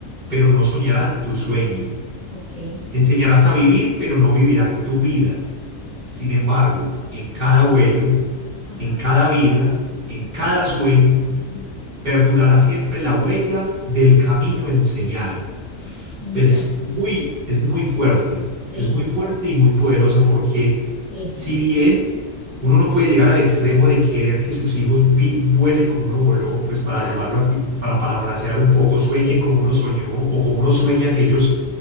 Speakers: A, on the right (about 45°); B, on the right (about 70°).
A: pero no soñarán tu sueño.
B: ok.
A: Enseñarás a vivir, pero no vivirán tu vida. Sin embargo, en cada vuelo,
B: Ajá.
A: en cada vida, en cada sueño,
B: Mm,
A: perdurará siempre la huella del camino enseñado.
B: Mira,
A: Es muy, es muy fuerte,
B: sí,
A: es muy fuerte y muy poderosa porque
B: sí,
A: si bien uno no puede llegar al extremo de querer que sus hijos vi- vuelen como uno voló, pues para
B: claro.
A: llamarlo aquí, pues para parafrasear un poco, sueñen
B: Sí,
A: como uno soñó o como uno
B: sí,
A: sueña que ellos